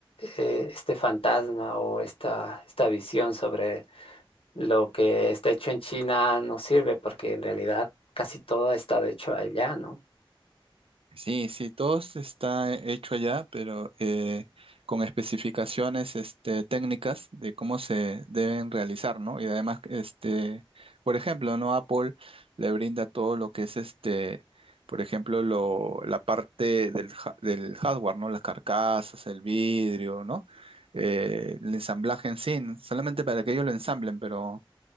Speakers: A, on the left; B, on the right.
A: eh, este fantasma o esta, esta visión sobre lo que está hecho en China no sirve porque en realidad casi todo ha estado hecho allá, ¿no?
B: Sí, sí, todo está hecho allá, pero eh, con especificaciones este, técnicas de cómo se deben realizar, ¿no? Y además, este, por ejemplo, ¿no? Apple le brinda todo lo que es este, por ejemplo, lo, la parte del, ha- del hardware, ¿no? Las carcasas, el vidrio, ¿no? Eh, el ensamblaje en sí, solamente para que ellos lo ensamblen, pero